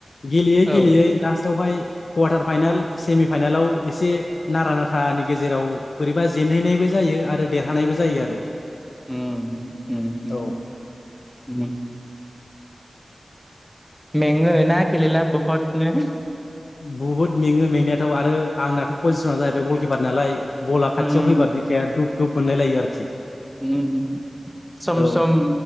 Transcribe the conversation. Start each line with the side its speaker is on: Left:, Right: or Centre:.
Left: गेलेयै
Centre: औ
Left: गेलेयै लास्टावहाय कवार्टार फाइनाल सेमि फाइनालाव एसे नारा नाथ थानि गेजेराव बोरैबा जेनहैनायबो जायो आरो देरहानायबो जायो आरो।
Centre: उम। उम उम
Left: औ।
Centre: उम मेङो ना गेलेला बहदनो?
Left: बुहुद मेङो मेंनायाथ' आरो आंनाथ' पजिसन जाहैबाय गलकिपार नालाय। बला
Centre: उम
Left: खाथियाव फैबा बिखाया दुब दुब मोनलाय लायो आरोखि।
Centre: उम होम सम
Left: औ
Centre: सम